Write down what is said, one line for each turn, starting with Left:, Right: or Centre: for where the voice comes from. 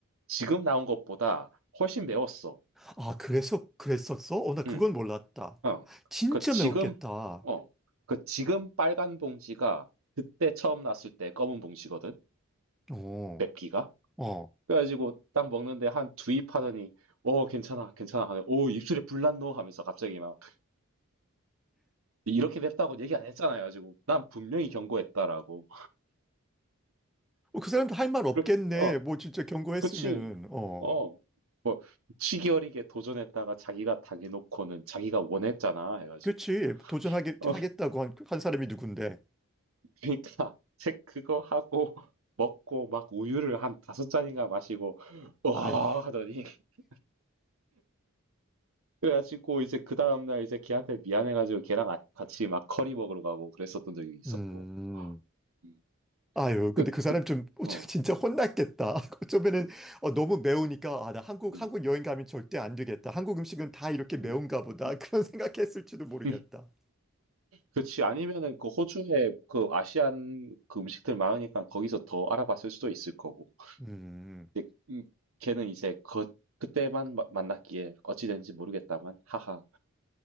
Right: 지금 나온 것보다 훨씬 매웠어.
Centre: 아, 그래서 그랬었어? 어, 나 그건
Right: 음.
Centre: 몰랐다.
Right: 어,
Centre: 진짜
Right: 그 지금,
Centre: 매웠겠다.
Right: 어, 그 지금 빨간 봉지가 그때 처음 났을 때 검은 봉지거든?
Centre: 어,
Right: 맵기가?
Centre: 어.
Right: 그래가지고 딱 먹는데 한 두입 하더니, 어, 괜찮아, 괜찮아. 하네. 오, 입술에 불 났노? 하면서 갑자기 막, 이렇게 맵다고 얘기 안 했잖아요. 가지고, 난 분명히 경고했다라고.
Centre: 어, 그 사람도 할 말 없겠네.
Right: 그렇, 어,
Centre: 뭐 진짜 경고했으면은
Right: 그치.
Centre: 어
Right: 어, 뭐, 치기 어리게 도전했다가 자기가 당해놓고는 자기가 원했잖아. 해가지고.
Centre: 그렇지 도전하게
Right: 어.
Centre: 하겠다고 한, 한 사람이 누군데.
Right: 그러니까 책 그거 하고 <laughs> 먹고 막 우유를 한 다섯 잔인가 마시고 와
Centre: 아이.
Right: 하더니 <laughs> 그래가지고 이제 그 다음날 이제 걔한테 미안해가지고 걔랑 아- 같이 막 커리 먹으러 가고 그랬었던 적이 있었고
Centre: 음.
Right: 음.
Centre: 아유, 근데
Right: 그,
Centre: 그 사람
Right: 그,
Centre: 좀 <laughs> 어,
Right: 어,
Centre: 저- 진짜 혼났겠다. <laughs> 어쩌면은 어, 너무 매우니까 아, 나 한국
Right: 음,
Centre: 한국 여행 가면 절대 안 되겠다. 한국 음식은 다
Right: <laughs>
Centre: 이렇게 매운가
Right: 음,
Centre: 보다.
Right: 음,
Centre: <laughs> 그런 생각했을지도 모르겠다.
Right: 음. 그치 아니면은 그 호주에 그 아시안 그 음식들 많으니까 거기서 더 알아봤을 수도 있을 거고
Centre: 음.
Right: 근데 음, 걔는 이제 그 그때만 마- 만났기에 어찌 됐는지 모르겠다만 하하